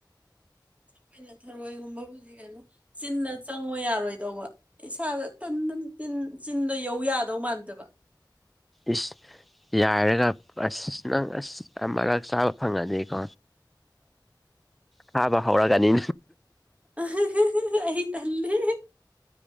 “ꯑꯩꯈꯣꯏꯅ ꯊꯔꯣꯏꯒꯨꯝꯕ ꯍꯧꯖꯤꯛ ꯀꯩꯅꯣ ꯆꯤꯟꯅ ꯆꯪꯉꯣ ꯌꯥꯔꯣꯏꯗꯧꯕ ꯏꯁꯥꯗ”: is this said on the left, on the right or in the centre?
Right